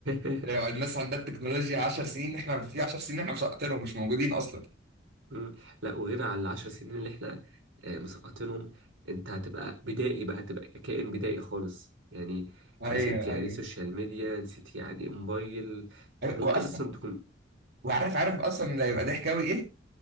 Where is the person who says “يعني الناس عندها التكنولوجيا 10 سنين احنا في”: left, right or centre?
Right